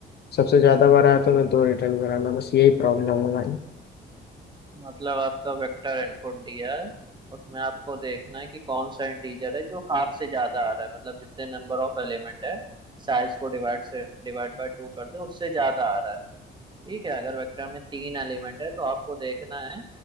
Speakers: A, on the left; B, on the right.
A: सबसे ज्यादा बार आया तो हमें दो रिटर्न कराना बस यही प्रॉब्लम है भाई
B: मतलब आपका वेक्टर इनपुट दिया है उसमें आपको देखना है कि कौन सा इंटीजर है जो हाफ से ज्यादा आ रहा है मतलब जितने नंबर ऑफ एलिमेंट है साइज को डिवाइड से डिवाइड बाय टू कर दें उससे ज्यादा आ रहा है ठीक है अगर वेक्टर में तीन एलिमेंट है तो आपको देखना है